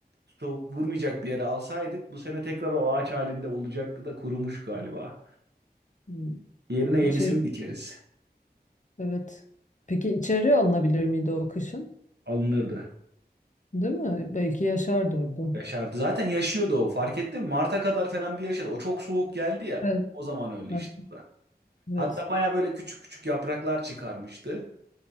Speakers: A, on the right (about 85°); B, on the left (about 45°).
A: soğuk vurmayacak bir yere alsaydık. Bu sene tekrar o ağaç halinde olacaktı da kurumuş galiba.
B: Hmm,
A: Yerine yenisini
B: İçeri.
A: dikeriz.
B: Evet. Peki içeri alınabilir miydi o kışın?
A: Alınırdı.
B: Değil mi? Belki yaşardı orada.
A: Yaşardı. Zaten yaşıyordu o. Fark ettin mi? Mart'a kadar falan bir yaşadı. O çok soğuk geldi ya.
B: Evet.
A: O zaman öyle
B: Ha,
A: işte o da.
B: Evet.
A: Hatta baya böyle küçük küçük yapraklar çıkarmıştı.